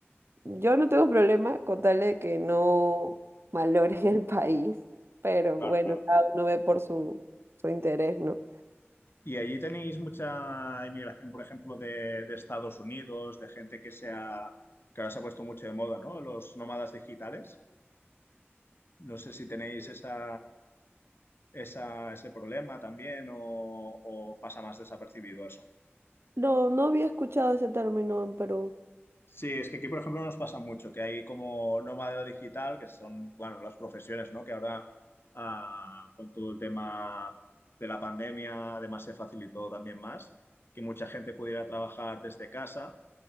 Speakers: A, on the right; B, on the left.
A: yo no tengo problema con tal de que no malogren <laughs> el país, pero
B: claro,
A: bueno,
B: claro.
A: cada uno ve por su, su interés, ¿no?
B: ¿Y allí tenéis mucha inmigración, por ejemplo, de, de Estados Unidos, de gente que sea, que ahora se ha puesto mucho de moda, ¿no? Los nómadas digitales. No sé si tenéis esa, esa, ese problema también o, o pasa más desapercibido eso.
A: No, no había escuchado ese término en Perú.
B: Sí, es que aquí, por ejemplo, nos pasa mucho, que hay como nómada digital, que son, bueno, las profesiones, ¿no? Que ahora, ah, con todo el tema de la pandemia, además se facilitó también más, que mucha gente pudiera trabajar desde casa